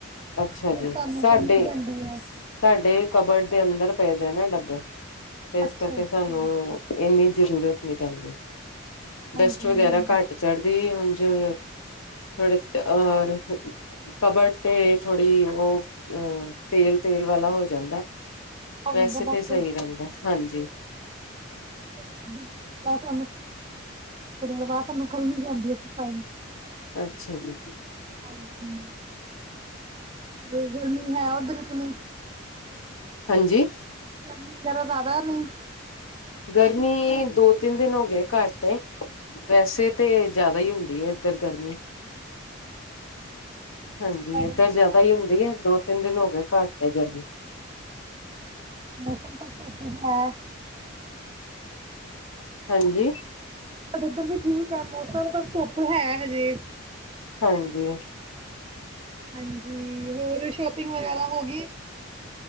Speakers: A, on the left (about 85°); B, on the right (about 25°).
A: ਅੱਛਾ
B: ਫਿਰ
A: ਜੀ,
B: ਸਾਨੂੰ
A: ਸਾਡੇ
B: ਕਰਨੀ ਪੈਂਦੀ ਹੈ
A: ਸਾਡੇ ਕਬਡ ਦੇ ਅੰਦਰ ਪਏ ਦੇ ਨਾ ਡੱਬੇ ਇਸ
B: ਅੱਛਾ
A: ਕਰਕੇ
B: ਅੱਛਾ
A: ਸਾਨੂੰ ਇੰਨੀ ਜ਼ਰੂਰਤ ਨਹੀਂੀ ਪੈਂਦੀ ਡਸਟ
B: ਹਾਂਜੀ
A: ਵਗੈਰਾ
B: ਹਾਂ।
A: ਘੱਟ ਚੜ੍ਹਦੀ ਉ ਆਡੀਓ ਵਿਚ ਆ ਆਵਾਜ਼ ਬਿਲਕੁਲ ਸਾਫ ਨਹੀਂ ਹੈ। ਸਮਝ ਨਹੀਂ ਆ ਰਹੀ। ਤੇ ਥੋੜ੍ਹੀ ਉਹ ਅ ਤੇਲ-ਤੇਲ ਵਾਲਾ ਹੋ ਜਾਂਦਾ
B: ਹੋ
A: ਵੈਸੇ
B: ਜਾਂਦਾ
A: ਤਾਂ
B: ਬਸ।
A: ਸਹੀ ਰਹਿੰਦਾ, ਹਾਂਜੀ
B: ਆਡੀਓ ਵਿੱਚ ਆ ਰਹੀ ਆਵਾਜ਼ ਸਮਝ ਨਹੀਂ ਆ ਰਹੀ।
A: ਅੱਛਾ ਜੀ।
B: ਹਾਂਜੀ, ਗਰਮੀ ਹੈ, ਉਧਰ ਕ ਨੀ
A: ਹਾਂਜੀ
B: ਗਰਮੀ ਵਗੈਰਾ ਜ਼ਿਆਦਾ ਨਹੀਂ
A: ਗਰਮੀ ਦੋ ਤਿੰਨ ਦਿਨ ਹੋ ਗਏ ਘੱਟ ਵੈਸੇ ਤੇ ਜ਼ਿਆਦਾ ਹੀ ਹੁੰਦੀ ਹੈ ਇੱਧਰ ਗਰਮੀ ਹਾਂਜੀ
B: ਸਾਡੇ
A: ਏਧਰ
B: ਮੌਸਮ
A: ਜ਼ਿਆਦਾ ਹੀ ਹੁੰਦੀ ਹੈ ਦੋ ਤਿੰਨ ਦਿਨ ਹੋ ਗਏ ਘੱ ਏਹ ਗਰਮੀ
B: ਮੌਸਮ ਆਡੀਓ ਵਿੱਚ ਆ ਰਹੀ ਆਵਾਜ਼ ਸਮਝ ਨਹੀਂ ਆ ਰਹੀ
A: ਹਾਂਜੀ
B: ਇੱਧਰ ਵੀ ਠੀਕ ਹੈ ਮੋ <unintelligible> ਧੁੱਪ ਹੈ ਹਜੇ,
A: ਹਾਂਜੀ,
B: ਹਾਂਜੀ, ਹੋਰ ਸ਼ੋਪਿੰਗ ਵਗੈਰਾ ਹੋਗੀ ਐ,